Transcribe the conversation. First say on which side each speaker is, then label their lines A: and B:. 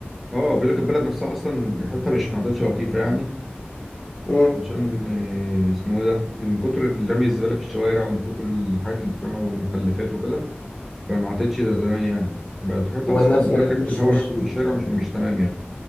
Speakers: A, in the centre; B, on the left.
A: اه بيقول لك البلد نفسها اصلا ريحتها مش ما عادتش لطيفه يعني
B: مم.
A: عشان آه، اسمه إيه ده من كتر رمي الزبالة في الشوارع ومن كتر الحاجات اللي بتترمى والمخلفات وكده فما عادتش زي زمان يعني بقت ريحتها
B: والناس
A: أصلا بيقول
B: هناك
A: لك ريحة
B: مش
A: الهواء
B: مش
A: نفسه في الشارع مش مش تمام يعني